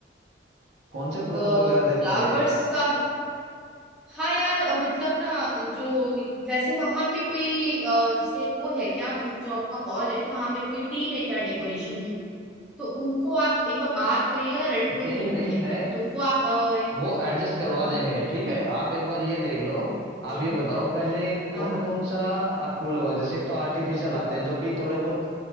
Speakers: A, on the right; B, in the centre.
A: कौन से फ्लावर्स
B: फ्लावर्स
A: वगैरह देखोगे
B: का हाँ यार अ, मतलब ना जो वैसे वहां पे कोई अ, जैसे वो है क्या मतलब जो आपका हॉल है वहां पे कोई टीम है क्या डेकोरेशन की तो उनको आप एक बार बात करिएगा रेट्रो
A: टीम
B: थीम
A: नहीं
B: के लिए
A: है
B: तो वो आप अ,
A: वो एडजस्ट करवा
B: हाँ हाँ
A: देंगे ठीक है आप एक बार ये देख लो
B: जी
A: आप ये बताओ पहले
B: हाँ
A: कौन
B: हाँ
A: कौन सा आप फूल लगवाएंगे जैसे एक तो आर्टिफिशियल आते हैं जो कि थोड़े बहुत